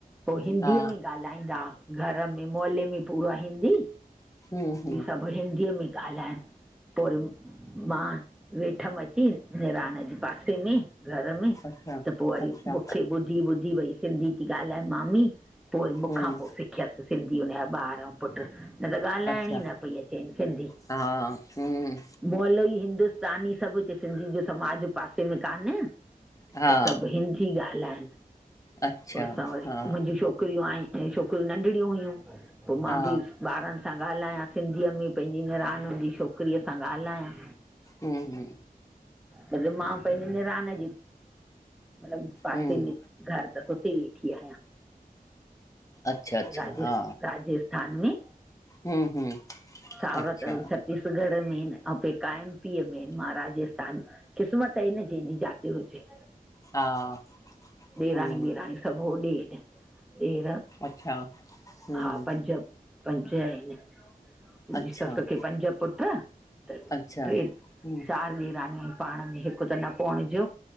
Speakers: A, in the centre; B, on the left (about 20°).
A: पोइ हिंदीअ
B: हा
A: में ॻाल्हाईंदा घर में मोले में पूरो हिंदी।
B: हूं!
A: सब हिंदीअ में ॻाल्हाइन पोइ मां वेठमि अची। निरान जे पासे में घर में
B: अच्छा,
A: त पोइ वरी
B: अच्छा,
A: मूंखे ॿुध ॿ ॿुधी वई सिंधी थी ॻाल्हाए मामी पोइ मूंखां
B: हम्म,
A: पोइ सिखी सिखियसि सिंधी हुनजा ॿार ऐं पुटु। न त ॻाल्हाइण
B: अच्छा,
A: ई न पई अचे सिंधी।
B: हा, हम्म,
A: मुहल्लों ही हिंदुस्तानी सब हिते सिंधिय जो समाज पासे में काने।
B: हा,
A: त सब हिंदी ॻाल्हाइनि
B: अच्छा,
A: पोइ असां वटि
B: हा,
A: मुंहिंजी छोकरी छोकरियूं आय ऐं छोकरियूं नंढणियूं हुइयूं पोइ मां
B: हा,
A: बि ॿारन सां ॻाल्हायां सिंधीअ में पंहिंजी निणान जी छोकरीअ सां ॻाल्हायां।
B: हूं- हूं!
A: त मां पंहिंजे निरान जी मतलब पासे
B: हम्म,
A: जी घर त सुठी हुई आहियां
B: अच्छा, अच्छा,
A: राज
B: हा,
A: राजस्थान में
B: हम्म, हम्म,
A: सावरत
B: अच्छा,
A: सप छत्तीसगढ़ में आहिनि ऐं पेका एमपीअ में आहिनि महार राजस्थान। क़िस्मत ई न जेनी जात हुजे।
B: हा!
A: ॾेराणी
B: हम्म,
A: ॾेराणी सभु हो ॾे ॾेर
B: अच्छा, हम्म,
A: हा पंज पंज आहिनि मंहिंजी
B: अच्छा,
A: सस खे पंज पुट त
B: अच्छा,
A: टे
B: हम्म,
A: चारि ॾेरानीय आ पाण में हिकु त न पहुणजो।